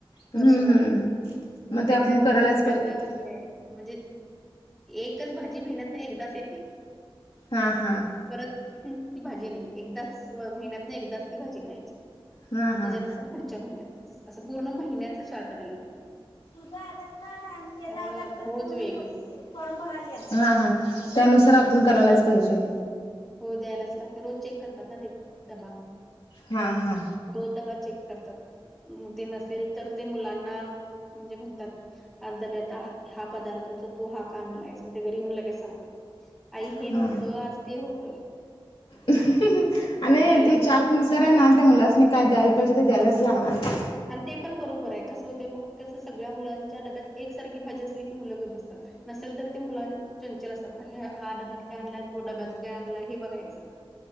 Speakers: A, on the left; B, in the centre.
A: हम्म
B: वर्षभरात
A: हम्म मग
B: महिन्याचा,
A: ते आपण करायलाच
B: महिन्याचा
A: पाहिजे ते
B: हे आहे. म्हणजे एकच भाजी महिन्यातनं एकदाच येते.
A: हां.. हां..
B: परत ती भाजी नाही, एकदाचं महिन्यातनं एकदाच ती भाजी खायची.
A: हा हा
B: तेज्यानंतर पुढच्या महिन्यातच, असं पूर्ण महिन्याचा चार्ट दिला त्यांनी.
A: तुझं आधार कार्ड आणि त्यजं
B: त्यामुळं
A: आधार कार्ड
B: रोज
A: घेऊन
B: वेगवेगळी
A: तु ये लवकर <unintelligible> फॉर्म भराल्या, हां, हां त्यानुसार आपण करायलाच पाहिजे.
B: हो द्यायलाच लागते, रोज चेक करतात ना ते डबा.
A: हा हा
B: रोज डबा चेक करतात, मग ते नसेल तर ते मुलांना म्हणजे म्हणतात आज डब्यात हा पदार्थ होता, तू हा का आणला आहेस,? मग ते घरी येऊन लगेच सांगतात. आई हे
A: हा
B: नव्हतं आज. ते होतं
A: आणि
B: आज द्यायलाच
A: ते चार्ट
B: लागतंय.
A: नुसार ना त्या मुलासनी काय द्यायला पाहिजे ते द्यायलाच लागणार.
B: आणि ते पण बरोबर आहे कसं हुतयं मग, तसं सगळ्या मुलांच्या डब्यात एकसारखी भाजी असली की मुलं गब बसतात. नसेल तर ते मुलां, चंचल असतात ना. हा डब्यात काय आणलाय, तो डब्यात काय आणलाय, हे बघायचं.